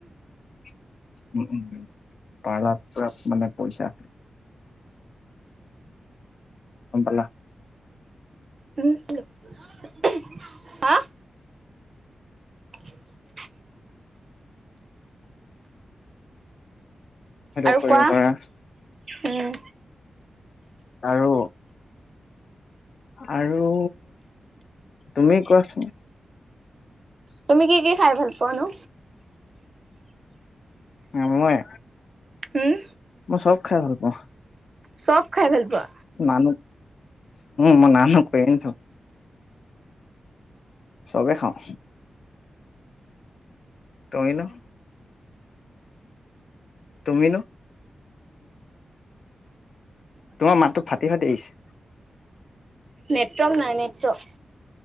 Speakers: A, on the left; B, on the right.
A: <inaudible> উম উম পাৰ্লাৰত মানে পইচা গমপালা।
B: উম--হা? <inaudible>
A: সেইটো
B: আৰু
A: কৰিব
B: কোৱা
A: পৰা।
B: উম
A: আৰু আৰু তুমি কোৱাচোন?
B: তুমি কি কি খাই ভাল পোৱা নো?
A: নমাই
B: উম
A: মই চব খাই ভাল পাওঁ
B: চব খাই ভাল পোৱা
A: নান মই নানু কনটো চবে খাওঁ তই ন তুমি নো তোমাৰ মাতটো ফাটি ফাটি আহিছে
B: নেটৱৰ্ক নাই নেটৱৰ্ক